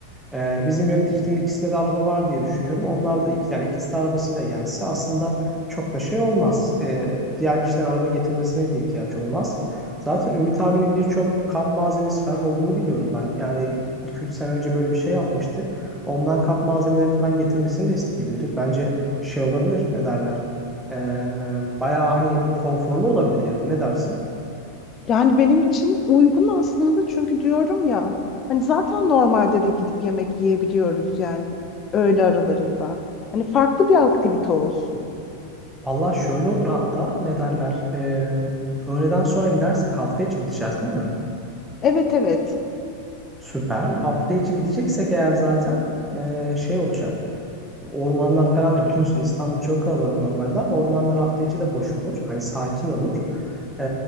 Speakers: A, in the centre; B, on the left.
A: Ee, bizim yöneticilerin ikisinde de araba var diye düşünüyorum. Onlar da iki, yani ikisi de arabasıyla gelse aslında çok da şey olmaz. Ee, diğer kişilerin araba getirmesine de ihtiyaç olmaz. Zaten Ümit abinin birçok kamp malzemesi falan olduğunu biliyorum ben. Yani iki üç sene önce böyle bir şey yapmıştık. Ondan kamp malzemeleri falan getirmesini de isteyebiliriz. Bence şey olabilir, ne derler? Ee, bayağı hani konforlu olabilir yani. Ne dersin?
B: Yani benim için uygun aslında çünkü diyorum ya hani zaten normalde de gidip yemek yiyebiliyoruz yani öğle aralarında. Hani farklı bir aktivite olsun.
A: Valla şöyle olur hatta ne derler? Ee, öğleden sonra gidersek hafta içi gideceğiz değil mi?
B: Evet evet.
A: Süper. Hafta içi gideceksek eğer zaten ee, şey olacak. Ormanlar falan da biliyorsun İstanbul çok kalabalık normalde ama ormanlar hafta içi de boş olur. Hani sakin olur. Ee,